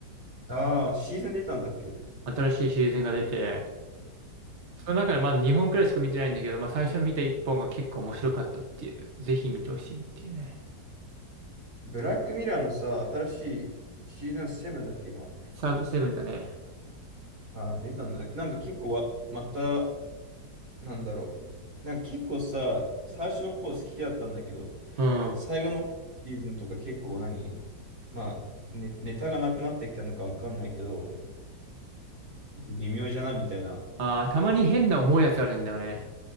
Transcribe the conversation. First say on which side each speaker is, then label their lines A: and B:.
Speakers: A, on the right; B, on the right.
A: ああ、シーズン出たんだっけ
B: 新しいシーズンが出て、その中でまだ2本くらいしか見てないんだけど、まあ最初に見た1本が結構面白かったっていう、ぜひ見てほしいっていうね。
A: ブラックミラーのさ、新しいシーズン7だっけ、今。
B: サブセブンだね。
A: ああ、出たんだっけ。なんか結構わ、また、なんだろう。なんか結構さ、最初の方好きだったんだけど、
B: うん。
A: 最後のシーズンとか結構何まあ、ね、ネタがなくなってきたのかわかんないけど、ちょっと微妙じゃないみたいな。
B: ああ、たまに変な思うやつあるんだよね。